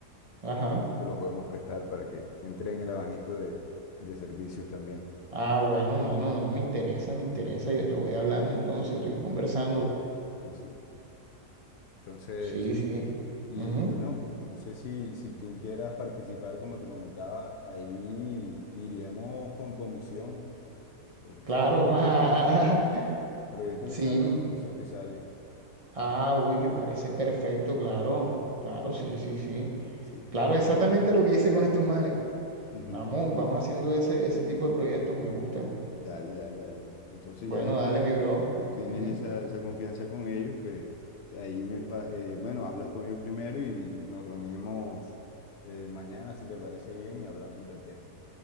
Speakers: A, on the right; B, on the left.
A: Ajá.
B: te lo podemos prestar para que entre en el abanico de, de servicios también.
A: Ah, bueno, mano, no, me interesa, me interesa. Yo te voy hablando entonces, yo te voy conversando.
B: Y sí. Entonces,
A: Sí, sí.
B: Y
A: Ujú.
B: bueno, no sé si, si tú quieras participar, como te comentaba, ahí iríamos con comisión. El
A: Claro.
B: se-
A: <laughs>
B: Proyecto que salga, proyecto
A: Sí,
B: que salga, comisión que sale.
A: Ah, uy, me parece perfecto, claro, claro, sí, sí, sí.
B: Sí.
A: Claro, exactamente lo que hice con estos manes.
B: Ujú.
A: Vamos, vamos haciendo ese, ese tipo de proyectos, me gustan.
B: Dale, dale, dale. Entonces,
A: Bueno,
B: ya que tú,
A: dale, mi bro.
B: tú tienes
A: Ujú.
B: esa, esa confianza con ellos, pues ahí me, pa- eh, bueno, hablas con ellos primero y nos reunimos eh, mañana, si te parece bien, y hablamos del tema.